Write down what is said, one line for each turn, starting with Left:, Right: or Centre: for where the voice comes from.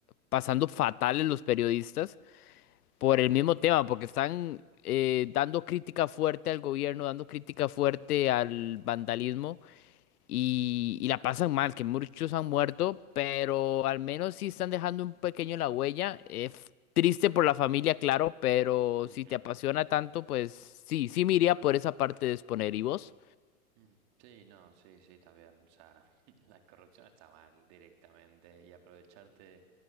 Left: pasando fatales los periodistas por el mismo tema, porque están eh, dando crítica fuerte al gobierno, dando crítica fuerte al vandalismo y, y la pasan mal, que muchos han muerto, pero al menos sí están dejando un pequeño la huella. Es triste por la familia, claro, pero
Right: ujú.
Left: si te apasiona tanto, pues sí, sí me iría por esa parte de exponer. ¿Y vos?
Right: Mm, Sí, no, sí, sí, también. O sea, <laughs> la corrupción está mal directamente y aprovecharte